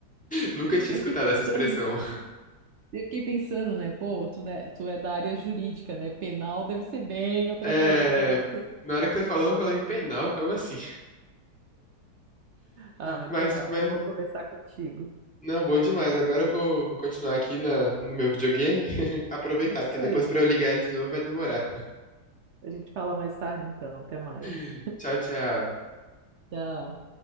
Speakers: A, in the centre; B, on the right.
A: nunca tinha
B: Eu
A: escutado
B: fiquei pensando,
A: essa expressão.
B: eu fiquei pensando, né? Pô, tu, é- tu é da área jurídica, né? Penal deve ser bem outra
A: É,
B: coisa para você.
A: na hora que você falou, eu falei, penal, como assim?
B: Ah, mas
A: Mas,
B: legal.
A: mas
B: Foi bom conversar contigo.
A: Não, bom demais. Agora eu vou, vou continuar aqui na, no meu videogame. <laughs> Aproveitar,
B: Isso
A: porque depois
B: aí.
A: pra eu ligar ele de novo vai demorar.
B: A gente fala mais tarde, então. Até mais.
A: <laughs> Tchau, tchau.
B: Tchau.